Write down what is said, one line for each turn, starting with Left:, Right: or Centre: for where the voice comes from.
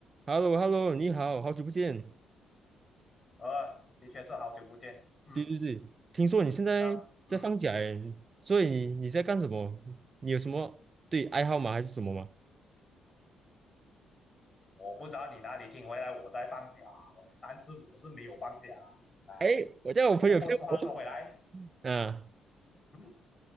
Right: h e l l o h e l l o 你好，好久不见。
Left: 呃，的确是好久不见。嗯，
Right: 对对对，听说你现在在放假诶，
Left: 那嗯，
Right: 所以你你在干什么？你有什么对爱好吗？还是什么吗？
Left: 我不知道你哪里听回来我在放假，但是我是没有放假啊。呃
Right: 哎，我叫我朋友骗我
Left: 不过话说回来，
Right: 啊，
Left: 嗯，